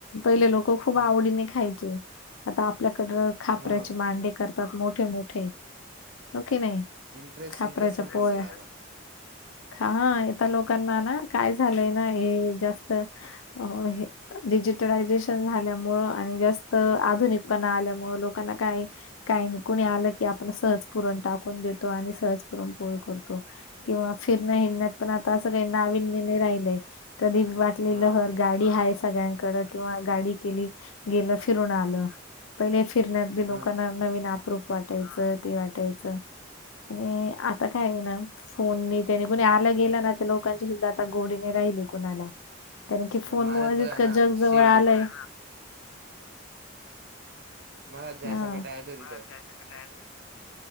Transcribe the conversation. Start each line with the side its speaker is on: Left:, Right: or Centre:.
Left: पहिले लोक खूप
Right: हा
Left: आवडीने खायचे आता आपल्याकड खापऱ्याची
Right: हा
Left: मांडे करतात. मोठे मोठे हो कि नाही!
Right: इंटरेस्ट
Left: खापरायच्या
Right: इंटरेस्ट संपून
Left: पोह्या
Right: गेला आता
Left: हा येता लोकांना ना. काय झालंय नाही जास्त अ हे. डिजिटलायझेशन झाल्यामुंळ आणि जास्त आधुनिकपणा आल्यामुंळ लोकांना काही. काही कुणी आलं की आपण सहज पुरण टाकून देतो आणि सहज पुरण पोळी करतो किंवा फिरण हिडण्यात पण आता असं काही नाविन्य नाही राहिलंय. कधी वाटलेलं
Right: हा
Left: हर गाडी आहे सगळ्यांकड किंवा गाडी केली. गेलं फिरून आलं. पहिले फिरण्यात बी लोकांना
Right: हा
Left: नवीन आपपरूप वाटायचं ते वाटायचं आणि आता काय आहे ना फोन त्याने कुणी आलं गेलं ना त्या लोकांचे सुद्धा आता गोडीने राहिली कुणाला कारण की फोन
Right: माझ्यात
Left: मुळ
Right: बघा
Left: इतका
Right: ना
Left: जग
Right: शिर्डी
Left: जवळ आलंय
Right: मला जायसा
Left: हा
Right: कटायत हो तिथं
Left: <unintelligible>